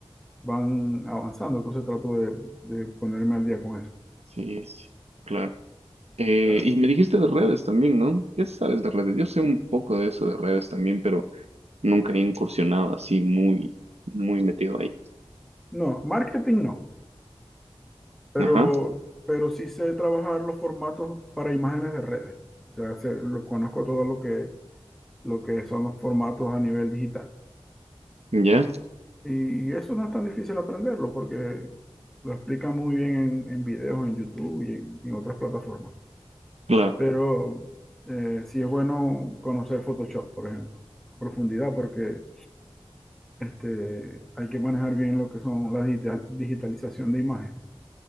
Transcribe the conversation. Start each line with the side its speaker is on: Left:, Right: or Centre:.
Centre: van avanzando, entonces trato de, de ponerme al día con eso.
Right: Sí, sí, claro. Eh,
Centre: O sea,
Right: y me dijiste de redes también, ¿no? ¿Qué sabes de redes? Yo sé un poco de eso de redes también, pero nunca he incursionado así muy, muy metido ahí.
Centre: no, marketing no. pero,
Right: Ajá,
Centre: pero sí sé trabajar los formatos para imágenes de redes. O sea, sé- lo- conozco todo lo que, lo que son los formatos a nivel digital.
Right: ya,
Centre: Y eso no es tan difícil aprenderlo porque lo explica muy bien en, en videos en YouTube y en, en otras plataformas.
Right: claro.
Centre: Pero eh, sí es bueno conocer Photoshop, por ejemplo, a profundidad porque este, hay que manejar bien lo que son la digita- digitalización de imágenes.